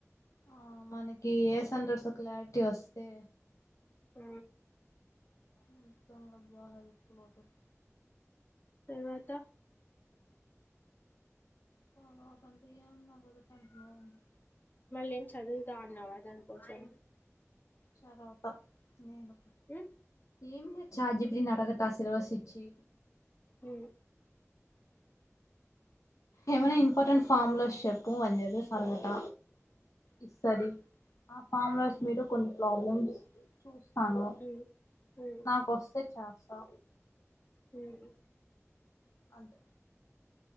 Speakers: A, on the left; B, on the left.
A: ఆ మనకి ఏ సెంటర్సో క్లారిటీ వస్తే
B: ఆ
A: మొత్తం గా బా హెలాఫుల్ అవుతది
B: తర్వాత
A: తర్వాత అంటే ఏం నాకదే టెన్షన్ గా ఉంది
B: మళ్ళేం చదువుతా అన్నావా దానికోసం
A: చదవత నేను
B: ఉమ్
A: ఏమిలె చాట్ జి పి టి ని అడగత సిలబస్ ఇచ్చి
B: ఉమ్
A: ఏమైనా ఇంపార్టెంట్ ఫామ్లౌస్ చెప్పు అని చెప్పేసి అడగత ఇస్తది ఆ ఫామ్లౌస్
B: ఉమ్
A: మీరు కొన్ని ప్రాబ్లమ్స్ చూస్తాను
B: ఉమ్ ఉమ్
A: నాకు వస్తే చేస్తా
B: ఉమ్
A: అంతే